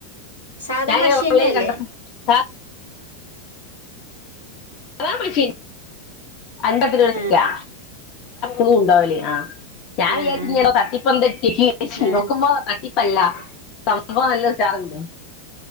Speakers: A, on the left; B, on the left.
A: സാധാ
B: ചാങ്ങള്ളും
A: മഷി തന്നെയല്ലേ
B: കണ്ടപ്പ <unintelligible> ആ മഷീൻ അൻപത് രൂപ
A: ആ
B: കിട്ടിയാ ഊ ഉണ്ടാവൂലേ ആ ഞാൻ
A: ആ
B: വിചാരിച്ചിടോ
A: ആ ആ
B: തട്ടിപ്പ എന്തെ
A: ആ
B: നോക്കുമ്പോ തട്ടിപ്പല്ല സംഭവം നല്ല ഉഷാറുണ്ടെ